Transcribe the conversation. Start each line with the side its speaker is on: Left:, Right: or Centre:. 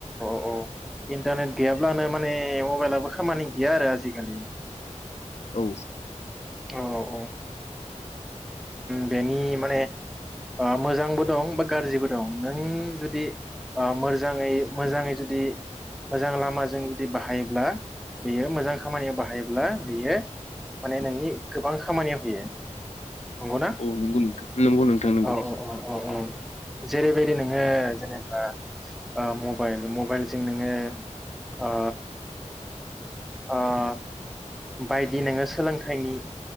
Centre: अ इन्टारनेट गैयाब्लानो माने मबाइलाबो खामानि गैया आरो आजिखालि
Left: औ।
Centre: औ औ ओ बेनि माने मोजांबो दं बा गाज्रिबो दं नों जुदि मोजाङै मोजाङै जुदि मोजां लामाजों जुदि बाहायोब्ला बेयो मोजां खामानियाव बाहायोब्ला बेयो माने नोंनि गोबां खामानियाव होयो। नंगौना
Left: औ नंगौ नोंथां नंगौ नोंथां नंगौ
Centre: औ-औ-औ। जेरैबायदि नोङो जेनेबा मबाइल मबाइलजों नोङो ओ अह बायदि नोङो सोलोंथाइनि